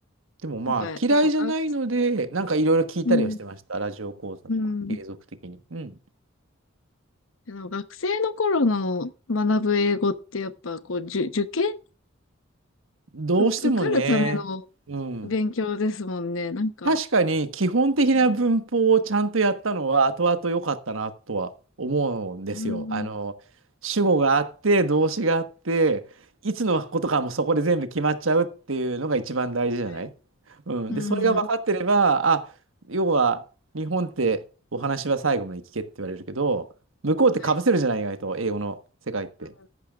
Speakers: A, on the right; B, on the left.
A: でもまあ、
B: なんか、やっぱが
A: 嫌いじゃないので、なんかいろいろ聞いたりはしてました。
B: うん、
A: ラジオ講座とか、
B: うん。
A: 継続的に。うん。
B: でも学生の頃の学ぶ英語ってやっぱこう、受、受験、
A: どうしてもね、
B: う、受かるための
A: うん。
B: 勉強ですもんね。なんか、
A: 確かに基本的な文法をちゃんとやったのは後々良かったなとは思うんですよ。
B: うん。うん
A: あの、主語があって、動詞があって、いつのことかもそこで全部決まっちゃうっていうのが一番大事じゃない
B: はい。
A: うん。
B: うん。
A: で、それが分かってれば、
B: うん
A: あ、要は日本ってお話は最後まで聞けって言われるけど、向こうって被せるじゃない意外と英語の世界って。
B: はい。うん。